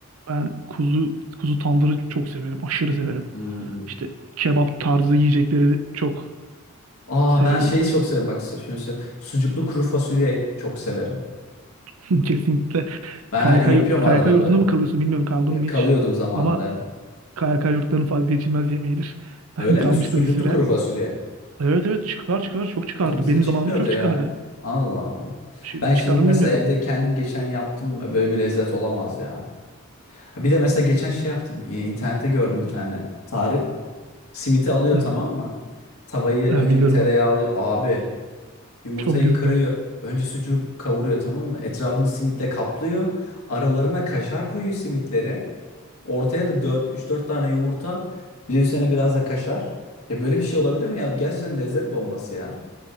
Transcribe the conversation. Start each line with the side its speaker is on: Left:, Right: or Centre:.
Right: ben kuzu kuzu tandırı çok severim. Aşırı severim.
Left: Hmm.
Right: İşte kebap tarzı yiyecekleri çok
Left: Aa
Right: severim.
Left: ben şeyi çok severim bak size şunu söyleyeyim. Sucuklu kuru fasulye çok severim.
Right: <laughs> Kesinlikle.
Left: Ben
Right: KYK
Left: her- yapıyorum
Right: yurt KYK
Left: arada
Right: yurdunda
Left: böyle.
Right: mı kalıyorsun bilmiyorum kaldın
Left: E,
Right: mı
Left: Kalıyordum
Right: hiç.
Left: zamanında.
Right: Ama KYK yurtlarının vazgeçilmez yemeğidir. <laughs> Ben
Left: Öyle
Right: kalmıştım
Left: mi? Sucuklu
Right: bir süre.
Left: kuru fasulye.
Right: Evet evet çıkar çıkar çok çıkardı.
Left: Ha, bize
Right: Benim
Left: çıkmıyordu
Right: zamanımda çok
Left: ya.
Right: çıkardı.
Left: Allah Allah.
Right: Şimdi
Left: Ben şimdi
Right: çıkar mı
Left: mesela
Right: bilmiyorum.
Left: evde kendim geçen yaptım. Böyle bir lezzet olamaz ya. Ha, bir de mesela geçen şey yaptım. E, İnternette gördüm bir tane tarif. Simiti alıyor
Right: Hı
Left: tamam
Right: hı.
Left: mı? Tavayı önce
Right: Ha, biliyorum
Left: bir tereyağı
Right: onu.
Left: alıyor. Abi yumurtayı
Right: Çok güzel.
Left: kırıyor. Önce sucuğu kavuruyor tamam mı? Etrafını simitle kaplıyor. Aralarına kaşar koyuyor simitleri. Ortaya da 4, 3-4 tane yumurta. Bir de üstüne biraz da kaşar. Ya böyle bir şey olabilir mi ya? Gerçekten lezzet bombası ya.